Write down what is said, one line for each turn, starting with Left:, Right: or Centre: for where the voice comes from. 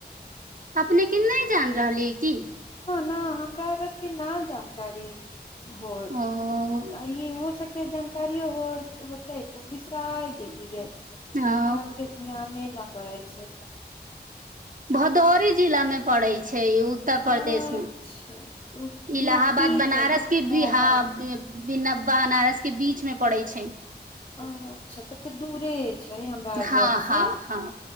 Right: अपने कें नै जानत रहली किी
Left: नहि हमरा आर के न जानकारी हो
Right: ओ
Left: अ ई हो सक के जानकारियो हो होते तऽ उ बिसरा गेलिये हमारा
Right: हँ
Left: आर कें ध्यान न करै छै
Right: भदौरी जिला मे पड़ै छै उत्तर
Left: अच्छा
Right: प्रदेश मे इलाहाबाद
Left: यू पी
Right: बनारस
Left: छै
Right: के
Left: हँ
Right: बिहा
Left: हँ
Right: बिना बनारस के बीच मे पड़ै छै
Left: अच्छा तब तऽ दूरे छै हमरा आर
Right: हँ
Left: घरसँ
Right: हँ हँ